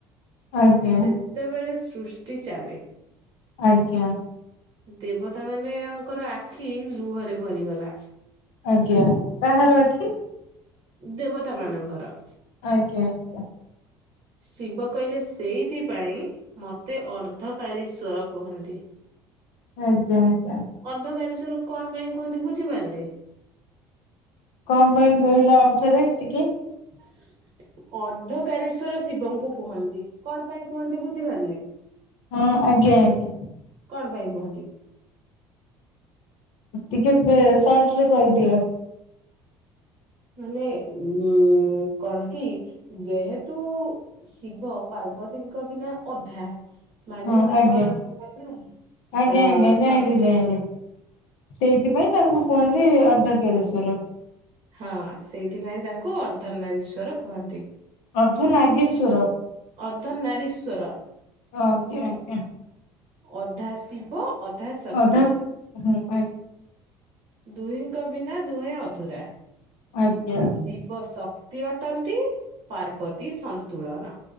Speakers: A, on the left (about 65°); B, on the right (about 50°).
A: ଆଜ୍ଞା
B: ସେତ ଯେତେବେଳେ ସୃଷ୍ଟି ଚାଲେ।
A: ଆଜ୍ଞା।
B: ଦେବତା ମାନେଙ୍କର ଆଖି ଲୁହରେ ଭରିଗଲା।
A: ଆଜ୍ଞା କାହାର ଆଖି?
B: ଦେବତା ମାନଙ୍କର
A: ଆଜ୍ଞା <unintelligible>
B: ଶିବକହିଲେ ସେଇଥିପାଇଁ ମୋତେ ଅର୍ଦ୍ଧକାରୀସ୍ୱର କୁହନ୍ତି।
A: ଆଜ୍ଞା ଆଜ୍ଞା।
B: ଅର୍ଦ୍ଧକାରିଶ୍ୱର କଣ ପାଇଁ କୁହନ୍ତି ବୁଝିପାରିଲେ?
A: କଣ ପାଇଁ କହିଲ ଆଉଥରେ ଟିକିଏ?
B: <unintelligible> ଅର୍ଦ୍ଧକାରିଶ୍ଵର ଶିବଙ୍କୁ କୁହନ୍ତି କଣପାଇଁ କୁହନ୍ତି ବୁଝିପାରିଲେ?
A: ହଁ ଆଜ୍ଞା ଆଜ୍ଞା।
B: କଣପାଇଁ କୁହନ୍ତି?
A: ଟିକିଏ ପେ ସଟରେ କହିଦିଅ।
B: ମାନେ ଉୁଁ କଣକି? ଯେହେତୁ ଶିବ ପାର୍ବତୀଙ୍କ ବିନା ଅଧା ମାନେ
A: ହଁ ଆଜ୍ଞା
B: କଣ ହେଲାନା
A: ଆଜ୍ଞା
B: ଆଁ
A: ଆଜ୍ଞା ଯାଇଁଲି
B: ତାଙ୍କ
A: ଯାଇଁଲି ସେଇଥିପାଇଁ ତାଙ୍କୁ କୁହନ୍ତି ଅର୍ଦ୍ଧକେରେଶ୍ଵର।
B: ହଁ ସେଇଥିପାଇଁ ତାଙ୍କୁ ଅର୍ଦ୍ଧନାରିଶ୍ଵର କୁହନ୍ତି।
A: ଅର୍ଦ୍ଧ ନାଗେଶ୍ଵର।
B: ଅର୍ଦ୍ଧନାରୀଶ୍ଵର।
A: ଆଜ୍ଞା ଆଜ୍ଞା
B: ଅଧାଶିବ ଅଧାଶକ୍ତି।
A: ଅଧା ହୁଁ ଆଜ୍ଞା।
B: ଦୁହିଁଙ୍କ ବିନା ଦୁହେଁ ଅଧୁରା
A: ଆଜ୍ଞା
B: ଶିବସକ ତି ଅଟନ୍ତି ପାର୍ବତୀ ସନ୍ତୁଳନ।